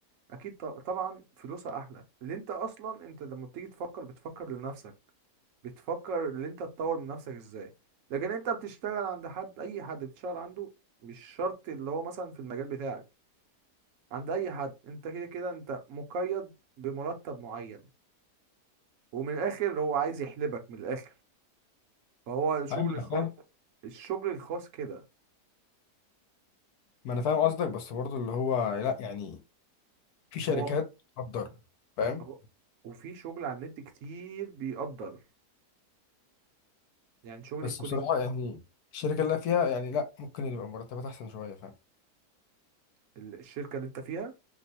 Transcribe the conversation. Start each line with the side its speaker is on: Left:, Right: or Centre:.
Right: اكيد ط- طبعا فلوسها احلى اللي انت اصلا انت لما بتيجي تفكر بتفكر لنفسك بتفكر ان انت تطور من نفسك ازاي لكن انت بتشتغل عند حد اي حد بتشتغل عنده مش شرط اللي هو مثلا في المجال بتاعك عند اي حد انت كده كده انت مقيد بمرتب معين ومن الاخر هو عايز يحلبك من الاخر فهو الشغل
Left: فاهم انا
Right: الخاص
Left: فاهم
Right: الشغل الخاص كده
Left: ما انا فاهم قصدك بس برضو اللي هو لا يعني في شركات
Right: هو
Left: تقدر فاهم
Right: هو- وفي شغل على النت كتير بيقدر يعني شغل
Left: بس
Right: الكودينج
Left: بصراحة يعني الشركة
Right: مم.
Left: اللي أنا فيها يعني لا ممكن يبقى مرتبات أحسن شوية فاهم
Right: ال- الشركة اللي انت فيها